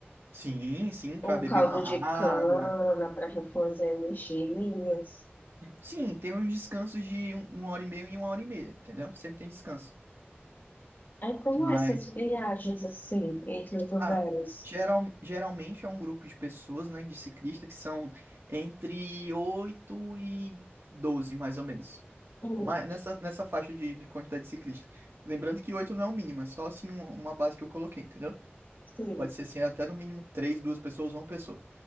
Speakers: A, on the right; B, on the left.
A: Sim, sim, pra
B: um
A: beber
B: caldo
A: uma água.
B: de cana para reforçar energias.
A: Sim, tem uns descansos de um- uma hora e meia e uma hora e meia, entendeu? Sempre tem descanso.
B: Aí como
A: Mas,
B: essas viagens assim, entre os lugares?
A: ah, geral, geralmente é um grupo de pessoas, né, de ciclistas, que são entre 8 e doze mais ou menos.
B: Hum,
A: Mas nessa, nessa faixa de, de quantidade de ciclistas. Lembrando que oito não é o mínimo, é só assim um- uma base que eu coloquei, entendeu?
B: sim.
A: Pode ser assim, é até no mínimo três, duas pessoas ou uma pessoa.